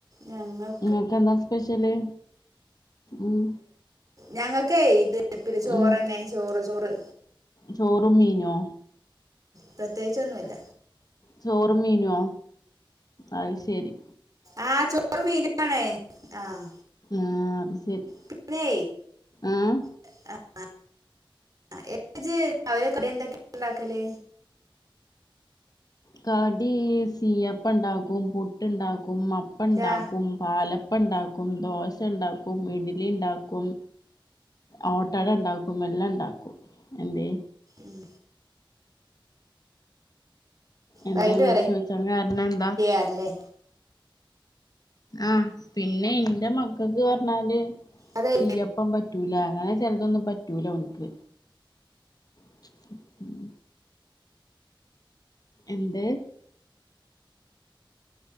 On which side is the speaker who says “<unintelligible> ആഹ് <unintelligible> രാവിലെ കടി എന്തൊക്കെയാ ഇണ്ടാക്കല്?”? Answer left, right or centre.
Right